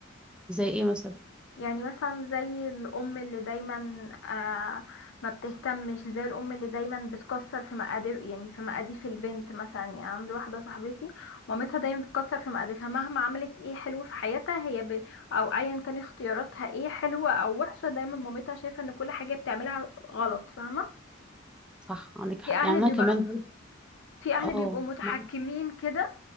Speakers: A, in the centre; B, on the left.
A: زي ايه مثلا
B: يعني مثلا زي الأم اللي دايما آه ما بتهتمش زي الأم اللي دايما بتكسر في مقاديف يعني في مقاديف البنت مثلا يعني عندي واحدة صاحبتي مامتها دايما بتكسر في مقاديفها مهما عملت ايه حلو في حياتها هي ب... أو أيا كان اختياراتها ايه حلوة أو وحشة دايما مامتها شايفة ان كل حاجة بتعملها غلط فاهمة
A: صح عندك حق
B: في أهل
A: يعني انا
B: بيبقى
A: كمان برضه
B: في أهل
A: اه
B: بيبقوا متحكمين
A: معاك
B: كده